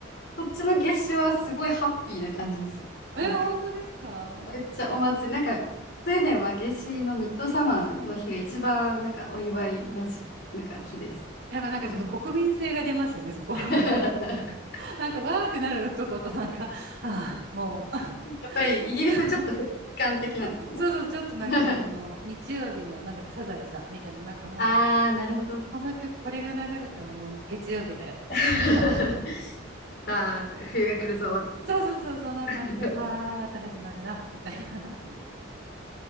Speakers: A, on the left; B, on the right.
A: こっちの夏至はすごいハッピーな感じですよ。
B: <laughs> え、
A: なんか、
B: 本当ですか
A: めっちゃお祭り、なんか、スウェーデンは夏至のミッドサマーの日が一番、なんか、お祝いのじ、なんか、日です。
B: やっぱなんかちょっと国民性が出ますよね、
A: <laughs> お祝い
B: そこ。
A: <laughs>
B: <laughs> なんか、わーってなるとこと、なんか、ああ、もう、
A: やっぱり、イギリスはちょっと悲観的なんですね。
B: <laughs> そうそうそう、ちょっとなんか、
A: <laughs>
B: あの、日曜日の、なんだっけ、サザエさんみたいな、なんかもう、
A: ああ、なるほど。
B: この曲、これが流れたらもう月曜日だよ、みたいな。
A: <laughs> さあ、冬が来るぞっていう。
B: <laughs> そうそうそう、そんな感じで、
A: <laughs>
B: はあ、また始まるな、みたいな。